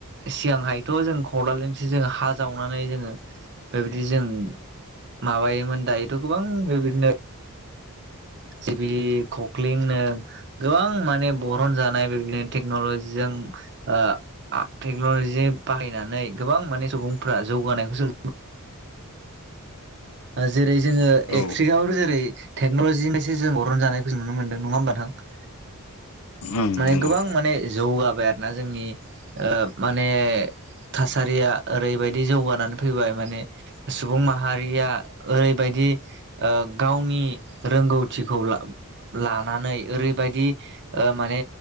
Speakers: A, on the right (about 50°); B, on the left (about 65°).
A: सिगांहायथ' जों खदालजोंसो जों हा जावनानै जोङो बेबायदि जों माबायोमोन दायोथ' गोबां बेबायदिनो सिबिं खखलिं नों गोबां माने बरन जानाय बेबायदिनो टेक्न'लजिजों ओ टेक्न'लजि बाहायनानै गोबां माने सुबुंफोरा जौगानायखौसो जेरै जोङो
B: औ
A: एकट्रिकआवनो जेरै टेक्नलजिनिफायसो जों अरन जानायखौ नुनो मोनदों नङा होमबा नोंथां
B: ओम
A: माने
B: नंगौ
A: गोबां माने जौगाबाय आरोना जोंनि ओ माने थासारिया ओरैबायदि जौगानानै फैबाय माने सुबुं माहारिया ओरैबायदि ओ गावनि रोंगौथिखौ लानानै ओरैबायदि ओ माने